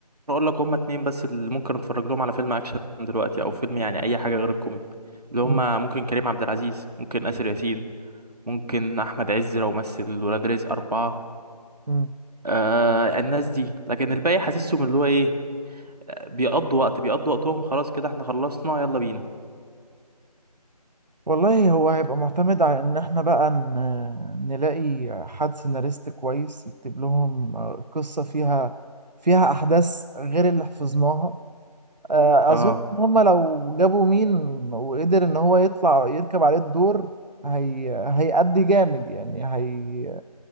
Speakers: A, on the right (about 70°); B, on the right (about 85°).
A: اقول لك هما اتنين بس اللي ممكن اتفرج لهم على فيلم اكشن دلوقتي او فيلم يعني اي حاجة غير الكوميدي اللي هما
B: مم.
A: ممكن كريم عبد العزيز ممكن آسر ياسين ممكن احمد عز لو مثل ولاد رزق اربعة
B: مم.
A: آه الناس دي لكن الباقي حاسسهم اللي هو ايه آه، بيقضوا وقت بيقضوا وقتهم خلاص كده احنا خلصنا يلا بينا
B: والله هو هيبقى معتمد على ان احنا بقى ن- نلاقي حد سيناريست كويس يكتب لهم آه، قصة فيها فيها احداث غير اللي حفظناها آه،
A: اه
B: اظن ان هم لو جابوا مين وقدر ان هو يطلع يركب عليه الدور هي هيأدي جامد يعني هي